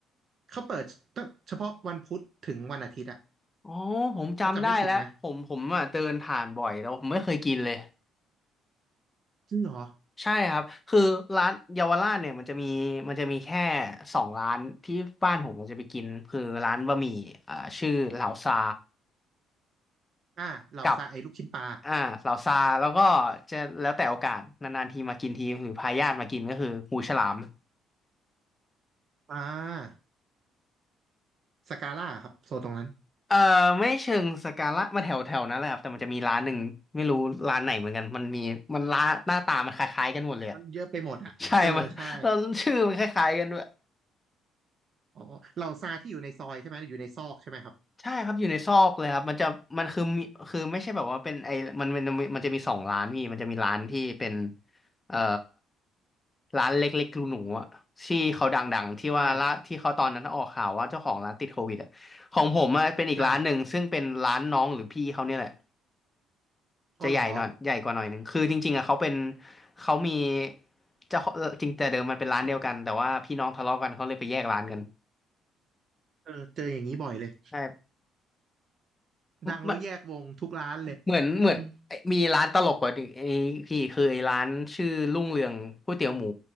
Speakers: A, on the right (about 50°); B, on the left (about 20°).
A: เขาเปิดตั้งเฉพาะวันพุธถึงวันอาทิตย์อะ
B: อ๋อผมจำได้แล้วผมผมอ่ะเดินผ่านบ่อยแต่ว่าผมไม่เคยกินเลย
A: ถ้าจำไม่ผิดนะจริงเหรอ
B: ใช่ครับคือร้านเยาวราชเนี่ยมันจะมีมันจะมีแค่สองร้านที่บ้านผมมันจะไปกินคือร้านบะหมี่อ่าชื่อเหลาซา
A: อ่าเราซาไอ้ลูกชิ้นปลา
B: กับอ่าเหลาซาแล้วก็จะแล้วแต่โอกาสนานๆทีมากินทีหรือพาญาติมากินก็คือหูฉลาม
A: อ่าสกาล่าครับโซนตรงนั้น
B: เออไม่เชิงสกาละมันแถวแถวนั้นแหละครับแต่มันจะมีร้านหนึ่งไม่รู้ร้านไหนเหมือนกันมันมีมันร้านหน้าตามันคล้ายๆกันหมดเลยอะ
A: มันเยอะไปหมดอ่ะเออใช่
B: ใช่มันเราชื่อมันคล้ายๆกันด้วย
A: อ๋อเราซาที่อยู่ในซอยใช่ไหมอยู่ในซอกใช่ไหมครับ
B: ใช่ครับอยู่ในซอกเลยครับมันจะมันคือมีคือไม่ใช่แบบว่าเป็นไอมันมันมันจะมีสองร้านพี่มันจะมีร้านที่เป็นเอ่อร้านเล็กๆรูหนูๆอะที่เขาดังๆที่ว่าละที่เขาตอนนั้นออกข่าวว่าเจ้าของร้านติดโควิดอะของผมอะเป็นอีกร้านหนึ่งซึ่งเป็นร้านน้องหรือพี่เขาเนี่ยแหละ
A: อ่าอ่าอ๋อเหรอ
B: จะใหญ่หน่อยใหญ่กว่าหน่อยหนึ่งคือจริงๆอะเขาเป็นเขามีเจ้าของเอ่อจริงแต่เดิมมันเป็นร้านเดียวกันแต่ว่าพี่น้องทะเลาะกันเขาเลยไปแยกร้านกัน
A: เออเจออย่างนี้บ่อยเลย
B: ใช่
A: ดังแล้วแยกวงทุกร้านเลย
B: มันเหมือนเหมือนไอ้มีร้านตลกกว่าหนึ่งไอ้พี่คือไอ้ร้านชื่อรุ่งเรืองก๋วยเตี๋ยวหมู
A: อืม